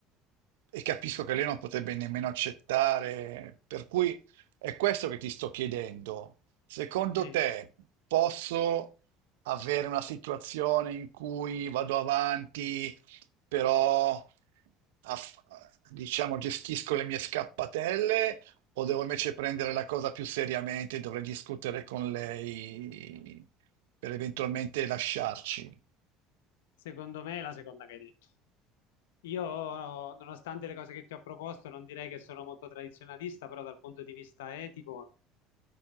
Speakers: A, on the right; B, on the left.
A: e capisco che lei non potrebbe nemmeno accettare, per cui è questo che ti sto chiedendo. Secondo
B: Sì.
A: te posso avere una situazione in cui vado avanti, però aff- diciamo gestisco le mie scappatelle o devo invece prendere la cosa più seriamente e dovrei discutere con lei per eventualmente lasciarci?
B: Secondo me è la seconda che hai detto. Io, nonostante le cose che ti ho proposto, non direi che sono molto tradizionalista, però dal punto di vista etico